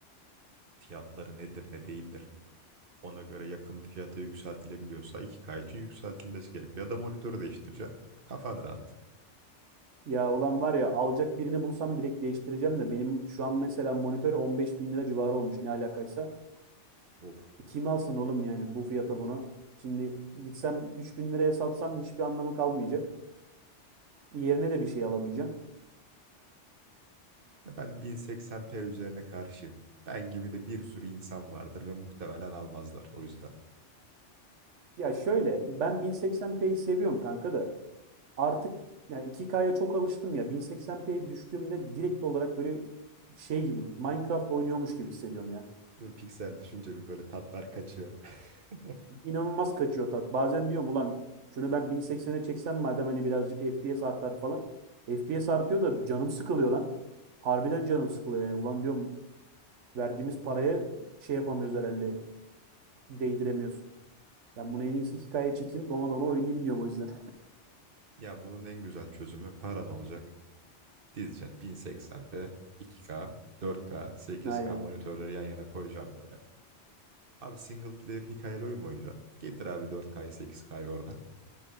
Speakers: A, on the right; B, on the right.
A: Fiyatları nedir ne değildir. ona göre yakın bir fiyata yükseltilebiliyorsa iki k için yükseltilmesi gerekiyor. Ya da monitörü değiştireceksin. Kafan rahat.
B: Ya olan var ya alacak birini bulsam direkt değiştireceğim de benim şu an mesela monitör 15 bin lira civarı olmuş ne alakaysa.
A: Of.
B: E, kim alsın oğlum yani bu fiyata bunu? Şimdi gitsem 3 bin liraya satsam hiçbir anlamı kalmayacak. Yerine de bir şey alamayacağım.
A: Ya ben 1080p üzerine karşıyım. Ben gibi de bir sürü insan vardır ve muhtemelen almazlar o yüzden.
B: Ya şöyle ben 1080p'yi seviyorum kanka da. artık yani 2K'ya çok alıştım ya. 1080p'ye düştüğümde direkt olarak böyle şey gibi Minecraft oynuyormuş gibi hissediyorum ya.
A: Değil mi? Piksel düşünce bir böyle tatlar kaçıyor. <laughs>
B: İnanılmaz kaçıyor tat. Bazen diyorum ulan şunu ben 1080'e çeksem madem hani birazcık FPS artar falan. FPS artıyor da canım sıkılıyor lan. Harbiden canım sıkılıyor yani. Ulan diyorum verdiğimiz paraya şey yapamıyoruz herhalde. Değdiremiyoruz. Ben bunu en iyisi 2K'ya çekeyim dona dona oynayayım diyorum o yüzden.
A: Ya bunun en güzel çözümü paran olacak. Dizeceksin 1080p, 2K, 4K, 8K
B: <laughs> Aynen.
A: monitörleri yan yana koyacağım böyle. Abi single player hikayeli oyun mu oynayacaksın? Getir abi 4K'yı 8K'yı oradan.